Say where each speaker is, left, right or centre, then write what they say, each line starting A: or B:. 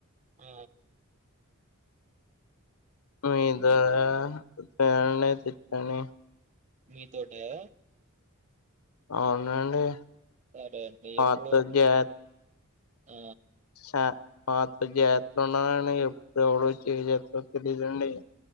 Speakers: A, on the right; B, on the left.
A: ఆ
B: మీ ద్వారా ఫ్యాన్ యే పిత్తాని
A: మీ తోటయ
B: అవునండి
A: సరే అండి ఎప్పుడు
B: ఆత్త జా
A: ఆ
B: శా మాత్తో జాగత్తగ ఉండాలండి ఎప్పుడు ఎవడొచ్చి యేం జేత్తాడో తెలియదండి.